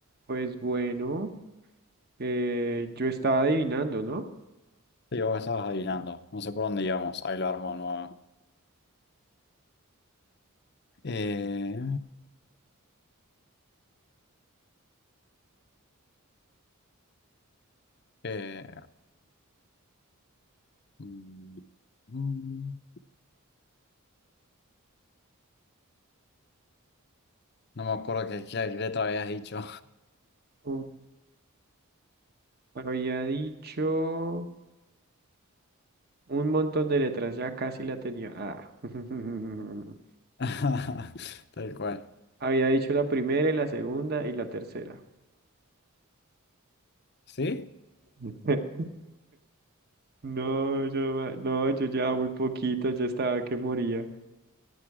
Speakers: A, on the right (about 45°); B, on the left (about 50°).
A: Pues bueno, eh, yo estaba adivinando, ¿no?
B: Sí, vos estabas adivinando. No sé por dónde íbamos. Ahí lo armo nuevo. Eh, eh, mm, mm, no me acuerdo qué, qué letra habías dicho.
A: Um, Había dicho un montón de letras, ya casi la tenía. Ah. <laughs>
B: <laughs> Tal cual.
A: Había dicho la primera y la segunda y la tercera.
B: ¿Sí?
A: <laughs> No, yo, no no, yo ya muy poquito, ya estaba que moría.